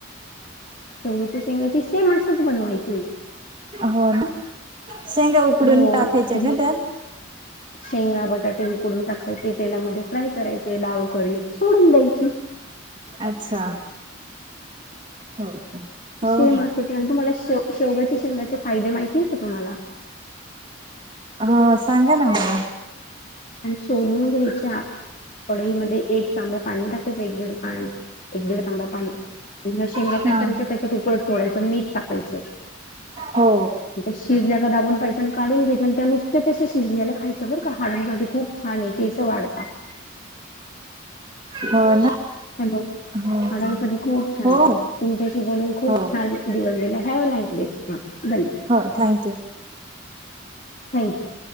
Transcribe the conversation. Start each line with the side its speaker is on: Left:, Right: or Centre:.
Left: शेवग्याच्या शेंगाची सेम अशीच बनवायची.
Right: हो ना शेंगा उकडून
Left: हो
Right: टाकायच्या
Left: म्हणजे
Right: का त्यात?
Left: शेंगा बटाटे उकडून टाकायचे तेलामध्ये फ्राय करायचे डाळू उकळली सोडून द्यायची.
Right: अच्छा हो हो.
Left: ते मग त्याचे आणि तुम्हाला शे- शेगाच्या शेंगाचे फायदे माहिती आहे का तुम्हाला?
Right: हो सांगा ना मला.
Left: आणि सोलून घ्यायच्या कढईमध्ये एक तांब्या पाणी टाकायच एक दीड पा -एक दीड तांबा पाणी. <unintelligible> शेंगा
Right: हा
Left: काय करायच्या त्याच्यात <unintelligible> उकळत मीठ टाकायचं.
Right: हो.
Left: ते शिजल्याका दाबून पाहायच्या काढून घ्यायचे, आणि त्या नुसत शिजल्याला खायच्या बर का हाडां साठी खूप छान आहे केस वाढत.
Right: हा ना.
Left: हॅलो!
Right: हो
Left: हाडांसाठी खूप छान आहे.
Right: हो
Left: तुमच्याशी बोलून खूप
Right: हो
Left: छान दिवस गेला, हॅव नाईस डे धन्यवाद.
Right: हो थँक्यू!
Left: थँक्यू!